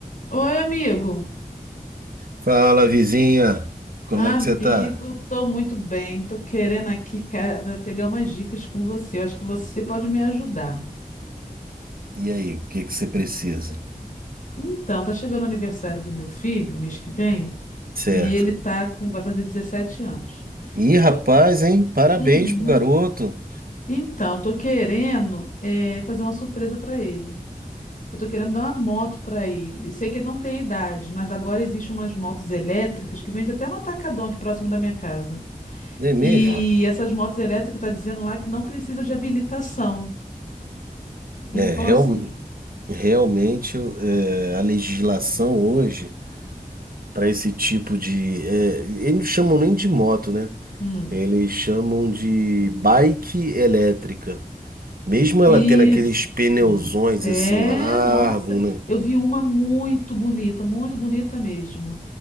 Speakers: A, on the left; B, on the right.
A: Oi, amigo.
B: Fala, vizinha. Como
A: Amigo,
B: é que você tá?
A: tô muito bem. Tô querendo aqui, cara, pegar umas dicas com você. Eu acho que você pode me ajudar.
B: E aí, o que que você precisa?
A: Então, tá chegando o aniversário do meu filho, mês que vem,
B: Certo.
A: e ele tá com, vai fazer 17 anos.
B: Ih, rapaz,
A: Eu-
B: hein? Parabéns
A: Uhum.
B: pro garoto.
A: Então, tô querendo eh, fazer uma surpresa para ele. Eu tô querendo dar uma moto para ele. Sei que ele não tem a idade, mas agora existem umas motos elétricas que vende até no Atacadão aqui próximo da minha casa.
B: Não é mesmo?
A: E essas motos elétricas tá dizendo lá que não precisa de habilitação. Então,
B: É, real-
A: assim,
B: realmente é, a legislação hoje para esse tipo de. é, eles não chamam nem de moto, né?
A: hum,
B: Eles chamam de bike elétrica. Mesmo
A: isso.
B: ela tendo aqueles pneuzões
A: É,
B: assim largo,
A: nossa,
B: né?
A: eu vi uma muito bonita, muito bonita mesmo.